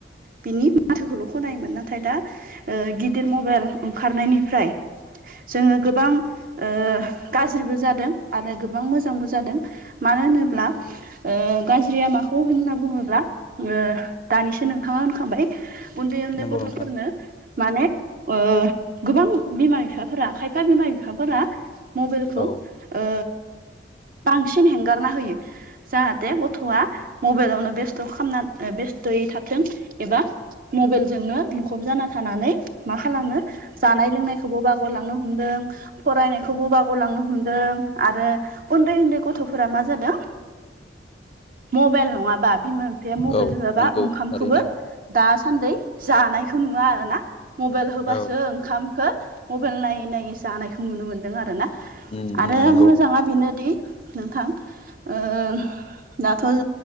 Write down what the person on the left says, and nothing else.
नंगौ
नोंथां
औ
औ
नंगौ
थारैनो
औ
उम
उम नंगौ